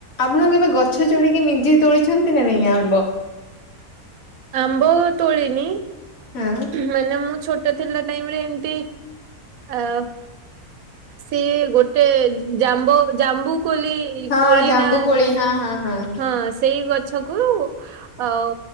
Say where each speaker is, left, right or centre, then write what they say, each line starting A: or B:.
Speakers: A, on the left; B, on the right.
A: ଆପଣ କେବେ ଗଛରେ ଚଢି଼କି ନିଜେ ତୋଳିଛନ୍ତି ନା, ନାଇଁ ଆମ୍ବ?
B: ଆମ୍ବ ତୋଳିନି,
A: ହଁ
B: ମାନେ ମୁଁ ଛୋଟ୍ ତ ଥିଲା ଟାଇମ୍ ରେ ଏମତି ଆ ସିଏ ଗୋଟେ ଜାମ୍ବ ଜାମ୍ବୁ କୋଲି
A: ହଁ,
B: କୋଳି
A: ଜାମ୍ବୁ
B: ନା
A: କୋଳି ହଁ, ହଁ, ହଁ।
B: ହଁ, ସେଇ ଗଛ କୁ ଆଉ